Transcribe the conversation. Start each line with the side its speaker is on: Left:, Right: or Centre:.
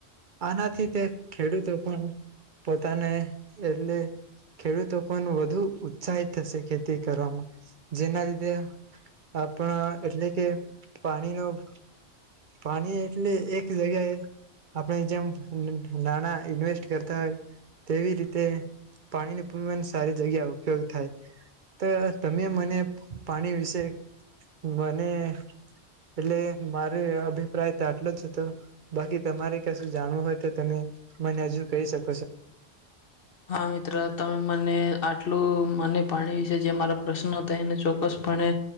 Right: આનાથી તે ખેડૂતો પણ પોતાને એટલે ખેડૂતો પણ વધુ ઉત્સાહિત થશે ખેતી કરવામાં. જેના લીધે આપણા એટલે કે ફા નિયોમ પાની એટલે એક જગ્યાએ આપણે જેમ નન નાણાં ઈન્વેસ્ટ કરતા હોય તેવી રીતે પાણીનો પણ સારી જગ્યા ઉપયોગ થાય. તો તમે મને પાણી વિશે મને એટલે મારો એ અભિપ્રાય તો આટલો જ હતો. બાકી તમારે કશું જાણવું હોય તો તમે મને હજુ કહી શક
Left: હા, મિત્ર તમે મને આટલું મને પાણી વિશે જે મારા પ્રશ્નો હતા એને ચોક્કસપણે